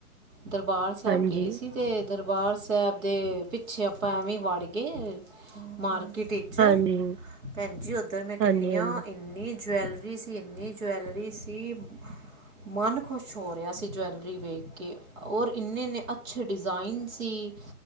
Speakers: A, on the right (about 55°); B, on the right (about 80°).
A: ਦਰਬਾਰ ਸਾਹਿਬ
B: ਹਾਂਜੀ,
A: ਗਏ ਸੀ ਤੇ ਦਰਬਾਰ ਸਾਹਿਬ ਦੇ ਪਿੱਛੇ ਆਪਾਂ ਐਵੇਂ ਵੜ ਗਏ, ਮਾਰਕੀਟ ਇ ਅਛਾ,
B: ਹਾਂਜੀ,
A: ਭੈਣ ਜੀ ਉੱਧਰ
B: ਹਾਂਜੀ-ਹਾਂਜੀ
A: ਕਿੰਨੀਆਂ ਇਕ ਇੰਨੀ ਜਵੈਲਰੀ ਸੀ, ਇੰਨੀ ਜਵੈਲਰੀ ਸੀ ਮਨ ਖੁਸ਼ ਹੋ ਰਿਹਾ ਸੀ ਜਵੈਲਰੀ ਵੇਖ ਕੇ, ਔਰ ਇੰਨੇ-ਇੰਨੇ ਅੱਛੇ ਡਿਜ਼ਾਇਨ ਸੀ,